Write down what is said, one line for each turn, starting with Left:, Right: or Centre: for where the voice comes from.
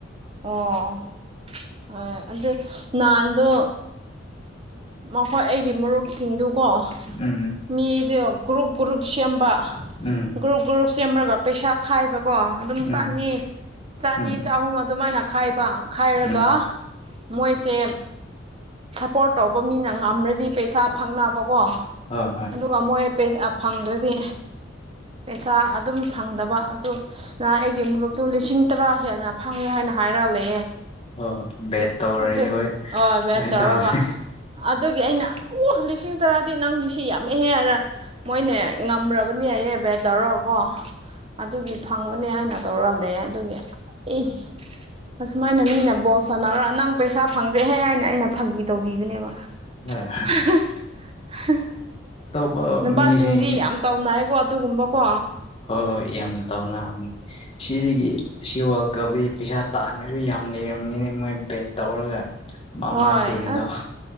Right: ꯑꯣ ꯍꯣꯏ ꯑꯗꯨ ꯅꯍꯥꯟꯗꯣ ꯃꯈꯣꯏ ꯑꯩꯒꯤ ꯃꯔꯨꯞꯁꯤꯡꯗꯨꯀꯣ
Left: ꯎꯝ
Right: ꯃꯤꯗꯨ ꯒ꯭ꯔꯨꯞ ꯒ꯭ꯔꯨꯞ ꯁꯦꯝꯕ
Left: ꯎꯝ
Right: ꯒ꯭ꯔꯨꯞ ꯒ꯭ꯔꯨꯞ ꯁꯦꯝꯃꯒ ꯄꯩꯁꯥ ꯈꯥꯏꯕ ꯀꯣ ꯑꯗꯨꯝ ꯆꯅꯤ
Left: ꯎꯝ
Right: ꯆꯅꯤ
Left: ꯎꯝ
Right: ꯆꯍꯨꯝ ꯑꯗꯨꯃꯥꯏꯅ ꯈꯥꯏꯕ ꯈꯥꯏꯔꯒ
Left: ꯎꯝ
Right: ꯃꯣꯏꯁꯦ ꯄꯣꯔꯠ ꯇꯧꯕ ꯃꯤꯅ ꯉꯝ꯭ꯔꯗꯤ ꯄꯩꯁꯥ ꯐꯪꯅꯕꯀꯣ
Left: ꯍꯣꯏ ꯍꯣꯏ
Right: ꯑꯗꯨꯒ ꯃꯣꯏ ꯄꯩꯁꯥ ꯐꯪꯗ꯭ꯔꯗꯤ ꯄꯩꯁꯥ ꯑꯗꯨꯝ ꯐꯪꯗꯕ ꯑꯗꯨꯅ ꯑꯩꯒꯤ ꯃꯔꯨꯞꯇꯨ ꯂꯤꯁꯤꯡ ꯇꯔꯥ ꯍꯦꯟꯅ ꯐꯪꯉꯦ ꯍꯥꯏꯅ ꯍꯥꯏꯔꯂꯦ
Left: ꯍꯣꯏ ꯍꯣꯏ ꯕꯦꯠ ꯇꯧꯔꯗꯤ
Right: ꯑꯗꯨ ꯍꯣꯏ
Left: ꯑꯗꯨꯃꯥꯏꯅ
Right: ꯦ ꯇꯧꯔꯒ
Left: ꯇꯧ ꯍꯣꯏ
Right: ꯑꯗꯨꯒꯤ ꯑꯩꯅ ꯑꯣ ꯂꯤꯁꯤꯡ ꯇꯔꯥꯗꯤ ꯅꯪꯒꯤꯁꯤ ꯌꯥꯝꯃꯛꯍꯦ ꯍꯥꯏꯔ ꯃꯣꯏꯅꯦ ꯉꯝꯕꯅꯤ ꯍꯥꯏ ꯦꯕ ꯇꯧꯔꯒ ꯀꯣ ꯑꯗꯨꯒꯤ ꯐꯪꯕ ꯍꯥꯏꯅ ꯇꯧꯔ ꯑꯗꯨꯒꯤ ꯑꯦ ꯑꯁꯨꯃꯥꯏꯅ ꯃꯤꯅ ꯕꯣ ꯁꯥꯟꯅꯔ ꯅꯪ ꯄꯩꯁꯥ ꯐꯪꯗ꯭ꯔꯦꯍꯦ ꯍꯥꯏꯅ ꯑꯩꯅ ꯐꯥꯒꯤ ꯇꯧꯕꯤꯕꯅꯦꯕ
Left: ꯍꯣꯏ
Right: <unintelligible>
Left: ꯑꯇꯣꯞꯄ
Right: ꯅꯨꯄꯥꯁꯤꯡꯗꯤ
Left: ꯃꯤꯁꯤꯡ
Right: ꯌꯥꯝ ꯇꯥꯎꯅꯏꯀꯣ ꯑꯗꯨꯒꯨꯝꯕꯀꯣ
Left: ꯍꯣꯏ ꯍꯣꯏ ꯌꯥꯝ ꯇꯧꯅꯅꯤ ꯁꯤꯗꯒꯤ ꯁꯤ ꯀꯕꯗꯤ ꯄꯩꯁꯥ ꯇꯥꯟꯕꯁꯨ ꯌꯥꯝ ꯂꯩꯔꯕꯅꯤꯅ ꯃꯣꯏ ꯕꯦꯠ ꯇꯧꯔꯒ ꯃꯃꯥ
Right: ꯍꯣꯏ
Left: ꯇꯤꯝꯗꯣ
Right: ꯑꯁ